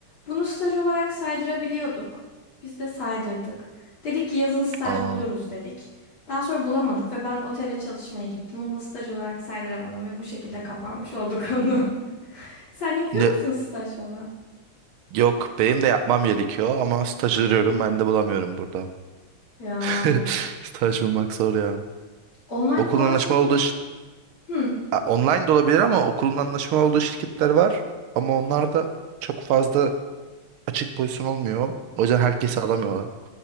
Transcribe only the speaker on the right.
Aa,
ne,
yok, benim de yapmam gerekiyor ama staj arıyorum ben de bulamıyorum burada.
<laughs> Staj bulmak zor ya.
Okulun
anlaşmalı
olduğu şir-
A, online de olabilir ama okulun anlaşmalı olduğu şirketler var. Ama onlar da çok fazla açık pozisyon olmuyor. O yüzden herkesi alamıyorlar.